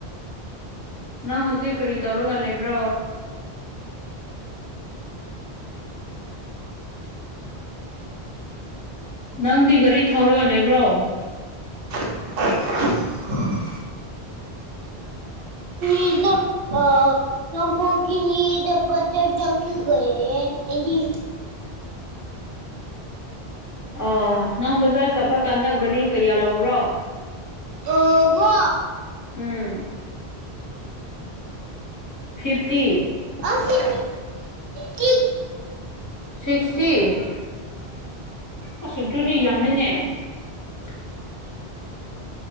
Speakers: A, on the left; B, on the right.
A: ꯅꯪ ꯍꯧꯖꯤꯛ ꯀꯔꯤ ꯇꯧꯔꯒ ꯂꯩꯕ꯭ꯔꯣ ꯅꯪꯗꯤ ꯒꯥꯔꯤ ꯊꯧꯔꯒ ꯂꯩꯕ꯭ꯔꯣ
B: <unintelligible> ꯏꯗ ꯁꯝꯄꯣꯒꯤ ꯅ ꯗꯕꯗꯔ ꯪꯂꯤꯒ ꯏꯟꯗꯤ
A: ꯑ ꯅꯪ ꯕꯖꯥꯔ ꯆꯠꯄ ꯀꯥꯟꯗ ꯒꯥꯔꯤ ꯀꯌꯥ ꯂꯔꯣ
B: ꯑꯕꯣ
A: ꯎꯝ ꯐꯤꯞꯇꯤ
B: ꯁꯤ ꯀꯁꯤ
A: ꯁꯤꯛꯁꯇꯤ ꯑꯁ ꯑꯗꯨꯗꯤ ꯌꯥꯝꯃꯤꯅꯦ <unintelligible>